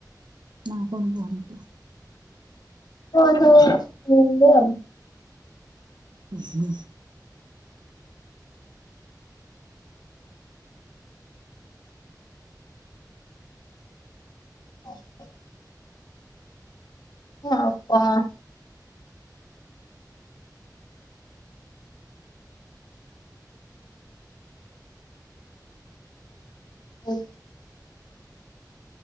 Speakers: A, on the right; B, on the left.
A: ନା କଣ କହୁନ।
B: ଓହୋ <unintelligible> ଆଉ।
A: ଉଁହୁଁ।
B: ଓଉ ନା ଆଉ କଣ? ହଉ।